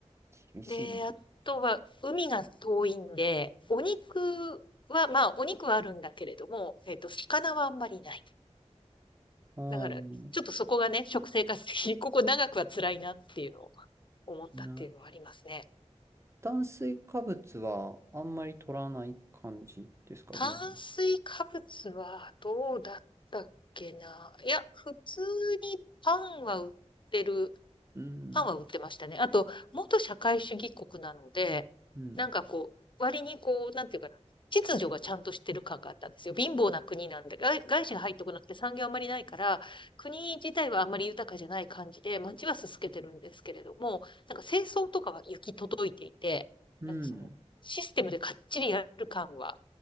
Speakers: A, on the right; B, on the left.
A: 厳しいね。
B: で、あとは海が遠いんで、お肉は、まあお肉はあるんだけれども、えっと、魚はあんまりない。
A: うん。
B: だから、ちょっとそこがね、食生活的にここ長くは辛いなっていうのを思ったっていうのはありますね。
A: な、炭水化物はあんまり取らない感じですか、
B: 炭水化物はどうだったっけな。
A: 現
B: いや、普通にパンは売ってる。
A: うん。
B: パンは売ってましたね。あと、元社会主義国なので、
A: うん。
B: なんかこう、割にこう、なんていうかな、秩序がちゃんとしてる感があったんですよ。貧乏な国なんで、外外資が入ってこなくて産業あんまりないから、国自体はあんまり豊かじゃない感じで、街はすすけてるんですけれども、なんか清掃とかは行き届いていて、
A: うん。
B: なんかその、システムでかっちりやる感は